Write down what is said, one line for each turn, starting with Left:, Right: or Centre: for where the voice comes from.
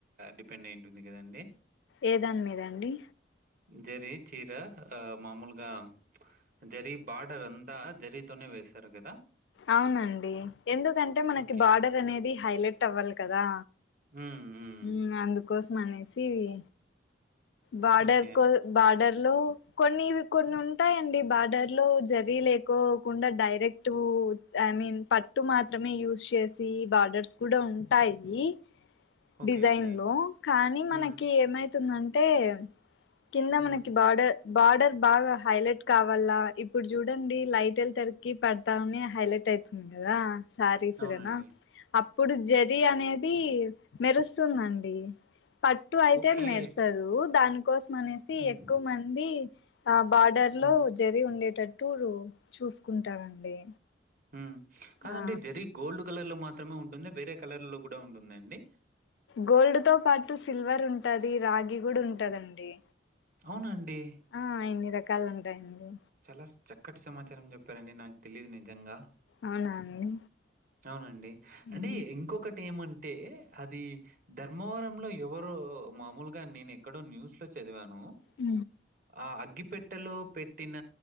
Right: డిపెండ్ అయింటుంది కదండి
Left: ఏ దాని మీద అండి
Right: జరి చీరా ఆ మామూలుగా జర్రీ బాడర్ అంతా జరీతోనే వేస్తారు కదా
Left: అవునండి ఎందుకంటే మనకి
Right: ఓకే.
Left: బార్డర్ అనేది హైలైట్ అవ్వాలి కదా
Right: మ్ మ్
Left: మ్ అందుకోసం అనేసి ఇవి బార్డర్
Right: ఓకే.
Left: కో బార్డర్ లో కొన్ని కొన్ని ఉంటాయండి బార్డర్ లో జరీ లేకోకుండా డైరెక్ట్ ఐ మీన్ పట్టు మాత్రమే యూస్ చేసి బార్డర్స్ కూడా ఉంటాయి
Right: ఓకే
Left: డిజైన్
Right: అండి.
Left: లో కానీ
Right: హ్మ్.
Left: మనకి ఏమైతుందంటే కింద
Right: హ్మ్.
Left: మనకి బోర్డర్ బార్డర్ బాగా హైలైట్ కావాల, ఇప్పుడు చూడండి లైట్లు తెరకి ప డతనే హైలైట్ అయితుంది కదా. శారీస్
Right: అవునండి.
Left: కనా అప్పుడు జరీ అనేది మెరుస్తుందండి. పట్టు అయితే
Right: ఓకే.
Left: మెరసదు, దానికోసం అనేసి
Right: హ్మ్.
Left: ఎక్కువమంది ఆ బార్డర్
Right: హ్మ్.
Left: లో జరీ ఉండేటట్టు చూసుకుంటారండి.
Right: మ్ కాదండి
Left: ఆ
Right: జరీ గోల్డ్ కలర్ లో మాత్రమే ఉంటుంది వేరే కలర్ లో కూడా ఉంటుందండి.
Left: గోల్డ్ తో పాటు సిల్వర్ ఉంటది, రాగి కూడా ఉంటదండి.
Right: అవునాండీ
Left: ఆ ఇన్ని రకాలు ఉంటాయండి.
Right: చాలా చక్కటి సమాచారం చెప్పారండి నాకు తెలియదు నిజంగా.
Left: అవునా అండి
Right: అవునండి అంటే
Left: ఉమ్
Right: ఇంకొకటి ఏమంటే అది ధర్మవరం లో ఎవరో మామూలుగా నేను ఎక్కడో న్యూస్ లో చదివాను
Left: ఉ
Right: ఆ అగ్గిపెట్టలో పెట్టిన